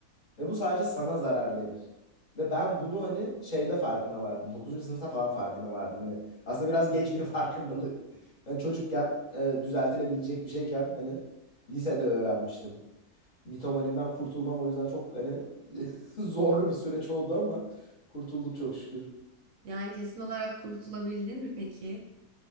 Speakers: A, on the left; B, on the right.
A: ve bu sadece sana zarar verir. Ve ben bunu hani şeyde farkına vardım. dokuzuncu sınıfta falan farkına vardım. Hani aslında biraz geç bir farkındalık. <laughs> Ben çocukken e, düzeltilebilecek bir şeyken hani lisede öğrenmiştim. Mitomanimden kurtulmam o yüzden çok hani <laughs> zorlu bir süreç oldu ama kurtulduk çok şükür.
B: Yani, kesin olarak kurtulabildin mi peki?